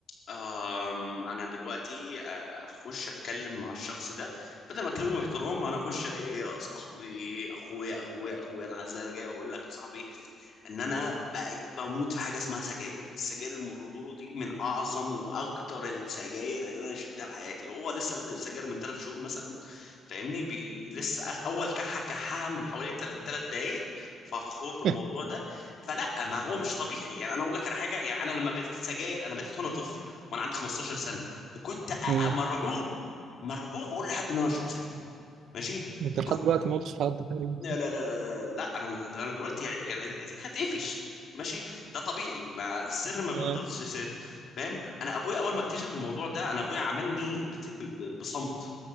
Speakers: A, on the left; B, on the right.
A: آم انا دلوقتي آه، هخش اتكلم مع الشخص ده بدل ما اكلمه باحترام انا اخش الاقي ايه يا صاحبي اخويا اخويا اخويا العزيز انا جاي اقول لك يا صاحبي ان انا ب- بموت في حاجه اسمها سجاير السجاير المربورو دي من اعظم واكتر السجاير اللي انا شربتها في حياتي وهو لسه بادئ السجاير من ثلاث شهور مثلا فاهمني بي... لسه أغ- اول كحه كحها من حوالي تل... تلات دقايق ففخور
B: <laughs>
A: بالموضوع ده فلا ما هو مش طبيعي يعني انا اقول لك على حاجه يعني انا لما بديت السجاير انا بديت وانا طفل وانا عندي 15 سنه وكنت أ-
B: امم
A: أ- مرعوب مرعوب اقول لحد ان انا اشرب سجاير ماشي
B: انت لحد
A: كنت
B: دلوقتي ما قلتش لحد تقريبا
A: لا لا لا لا لا, لا. انا انا دلوقتي يعني يعني هتقفش ماشي ده طبيعي ما السر ما بيفضلش
B: آه.
A: سر فاهم انا ابويا اول ما اكتشف الموضوع ده انا ابويا عملني بت- ب- ب- بصمت